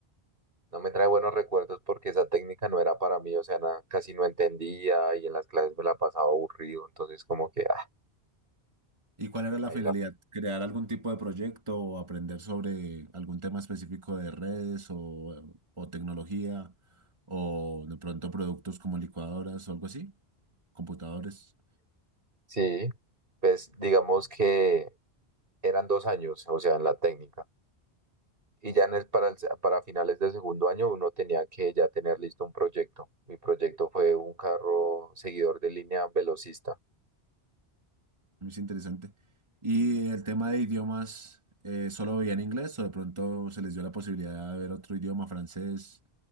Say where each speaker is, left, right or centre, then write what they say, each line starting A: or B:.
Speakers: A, on the right; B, on the right.
A: no me trae buenos recuerdos porque esa técnica no era para mí, o sea, na- casi no entendía y en las clases me la pasaba aburrido, entonces como que, ah,
B: ¿Y cuál era la
A: ahí
B: finalidad?
A: la...
B: ¿Crear algún tipo de proyecto o aprender sobre algún tema específico de redes o, o tecnología o de pronto productos como licuadoras o algo así? Computadores,
A: Sí, pues digamos que eran dos años, o sea, en la técnica. Y ya en el- para, el se- para finales de segundo año uno tenía que ya tener listo un proyecto. Mi proyecto fue un carro seguidor de línea velocista.
B: es interesante. ¿Y el tema de idiomas, eh, solo veían inglés o de pronto se les dio la posibilidad de ver otro idioma, francés